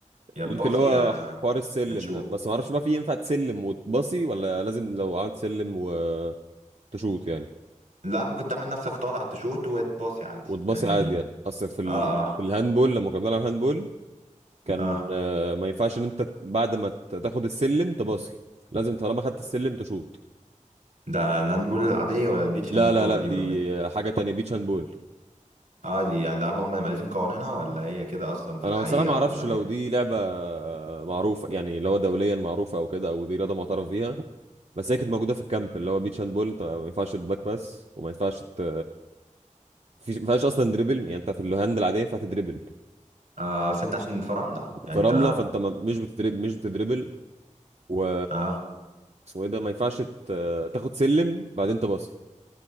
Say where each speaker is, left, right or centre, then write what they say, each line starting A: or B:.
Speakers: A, on the right; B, on the right.
A: يا
B: ليك
A: تباصي
B: اللي هو
A: يا
B: حوار السلم
A: يا تشوت
B: ده بس ما اعرفش بقى في ينفع تسلم وتباصي ولا لازم لو عملت سلم وتشوت يعني
A: لا ممكن تعمل نفسك طالع تشوت وتباصي عادي
B: وتباصي
A: يعني
B: عادي يعني اصل في ال...
A: اه اه
B: في الهاندبول لما كنا بنلعب هاندبول كان
A: اه
B: آه، ما ينفعش ان انت بعد ما ت- تاخد السلم تباصي لازم طالما خدت السلم تشوط
A: ده الهاندبول العاديه ولا البيتش
B: لا
A: هاندبول
B: لا لا
A: دي
B: دي
A: ولا إيه؟
B: حاجة تانية بيتش هاند بول
A: اه دي يعني لعبه هم اللي مالفين قوانينها ولا هي كده اصلا في
B: انا
A: الحقيقه
B: بصراحة ما اعرفش
A: ولا
B: لو
A: ايه
B: دي لعبة آه، معروفة يعني اللي هو دوليا معروفة او كده او دي رياضة معترف بيها بس هي كانت موجودة في الكامب اللي هو بيتش هاند بول انت ما ينفعش تباك بس وما ينفعش ت... فيش- ما ينفعش اصلا دريبل يعني انت في الهاند العادية ينفع تدريبل
A: آه بس انت عشان في رملة يعني
B: في
A: انت
B: رملة فانت ما... مش بتدريب مش بتدريبل و
A: اه
B: اسمه ايه ده ما ينفعش ت... تاخد سلم بعدين تباصي